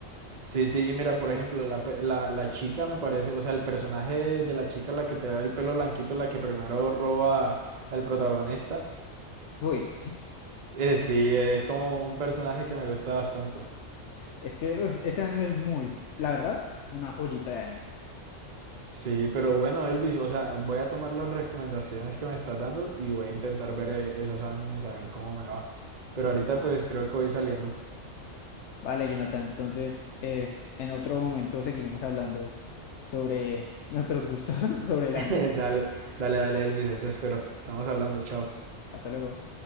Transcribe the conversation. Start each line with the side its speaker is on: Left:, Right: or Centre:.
Right: Sí, sí. Y mira,
Left: tipo-
Right: por ejemplo, la, pe- la, la chica me parece, o sea, el personaje de la chica, la que te da el pelo blanquito, la que primero roba al protagonista.
Left: Uy,
Right: eh, sí, es como un personaje que me gusta bastante.
Left: es que uf, ese anime es muy, la verdad, una joyita de anime.
Right: Sí, pero bueno, Elvis, o sea, voy a tomar las recomendaciones que me estás dando y voy a intentar ver eh, esos animes a ver cómo me va. Pero ahorita pues creo que voy saliendo.
Left: Vale, Jonathan, entonces eh, en otro momento seguiremos hablando sobre nuestros gustos <laughs> sobre el
Right: <laughs>
Left: anime.
Right: Dale, dale, dale, Elvis, eso espero. Estamos hablando, chao.
Left: Hasta luego.